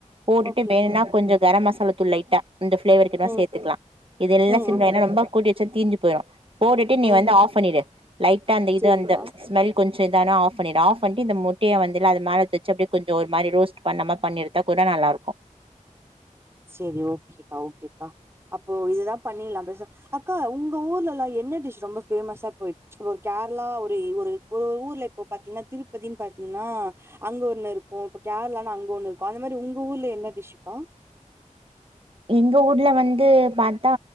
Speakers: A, on the right (about 45°); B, on the right (about 20°).
A: போட்டுட்டு
B: ஓகே
A: வேணுனா
B: ஓகே
A: கொஞ்சோ கர மசாலாத்தூள் லைட்டா அந்ல ஃப்ளேவருக்குதா
B: ம்
A: சேத்துக்லா இதெல்லா
B: ம்
A: சிம்ல
B: ஓகேக்கா
A: ஏனா ரொம்ப கூட்டிச்சா தீஞ்சு போய்டு போட்டுட்டு நீ
B: ம்
A: வந்து ஆஃப் பண்ணிடு லைட்டா அந்த இது
B: செரிங்க்கா
A: அந்த ஸ்மெல் கொஞ்சோ இதான ஆஃப் பண்ணிடு ஆஃப் பண்டு இந்த முட்டய வந்துல அது மேல எத்தச்சு அப்டே கொஞ்சோ ஒரு மாி ரோஸ்ட் பண்ணமா பண்ணி எடுத்தா கூட நல்லாருக்கு
B: செரி ஓகேக்கா ஓகேக்கா அப்போ இதுதா பண்ணில்லா பெசா அக்கா உங்க ஊர்லெல்லா என்ன டிஷ் ரொம்ப ஃபேமஸா போய் இப்ப ஒரு கேரளா ஒரு ஒரு ஒரு ஒரு ஊர்ல இப்போ பாத்தீங்ன்னா திருப்பதின் பாத்தீங்ன்னா அங்க ஒண்ணு இருக்கு இப்ப கேரளானா அங்க ஒண்ணு இருக்கு அந்த மாரி உங்க ஊர்ல என்ன டிஷ்ஷுக்கா
A: எங்க ஊர்ல வந்து பாத்தா